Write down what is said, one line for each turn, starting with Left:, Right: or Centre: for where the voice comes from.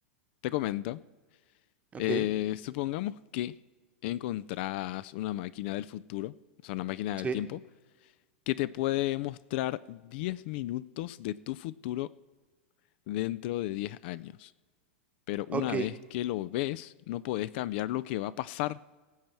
Left: Te comento.
Right: Ok,
Left: eh, supongamos que encontrás una máquina del futuro, o sea, una máquina
Right: sí,
Left: del tiempo, que te puede mostrar 10 minutos de tu futuro dentro de 10 años. Pero una
Right: ok,
Left: vez que lo ves, no podés cambiar lo que va a pasar.